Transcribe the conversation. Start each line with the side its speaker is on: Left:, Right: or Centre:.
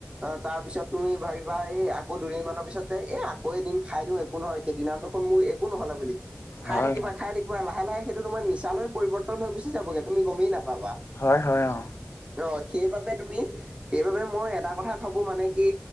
Right: আ তাৰ পিছত তুমি ভাবিবা এই আকৌ দুদিনমানানৰ পিছত যে এ আকৌ এদিন খাই দিওঁ একো নহয় সেইদিনা দেখোন মোৰ একো নহলে বুলি খাই
Left: হয়
Right: থাকিবা খাই থাকিবা লাহে লাহে সেইটো তোমাৰ নিচা লে পৰিৱৰ্তন হৈ গুচি যাবগে তুমি গমেই নাপাবা।
Left: হয় হয় অ।
Right: অ সেইবাবে তুমি সেইবাবে মই এটা কথা ভাবো মানে কি